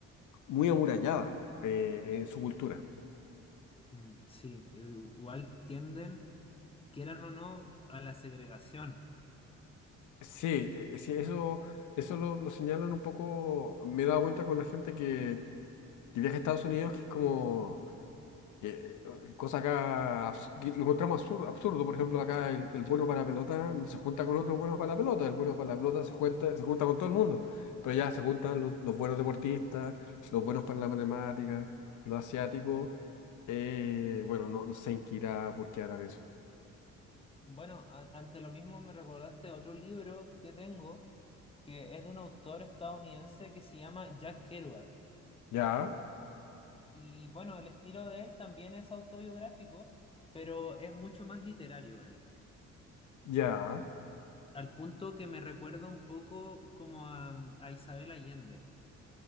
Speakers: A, on the left (about 75°); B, on the left (about 20°).
A: muy amuralladas eh, en su cultura.
B: Mm, Sí, i- igual tienden, quieran o no, a la segregación.
A: Sí, eh, sí, eso, eso lo, lo señalan un poco, me he dado cuenta con la gente que, que viaja a Estados Unidos, que es como... que- eh, cosa acá abs- que lo encontramos absurdo, absurdo. Por ejemplo, acá el, el bueno para la pelota no se junta con otro bueno para la pelota, el bueno para la pelota se junta, se junta con todo el mundo, pero ya se juntan
B: Mm.
A: los, los buenos deportistas, los buenos para la matemática, los asiáticos, eh, bueno, no, no sé en qué irá por qué harán eso.
B: Bueno, a- ante lo mismo me recordaste otro libro que tengo, que es de un autor estadounidense que se llama Jack Kerouac.
A: Ya,
B: Y bueno, el estilo de él también es autobiográfico, pero es mucho más literario él,
A: ya.
B: al punto que me recuerda un poco como a, a Isabel Allende.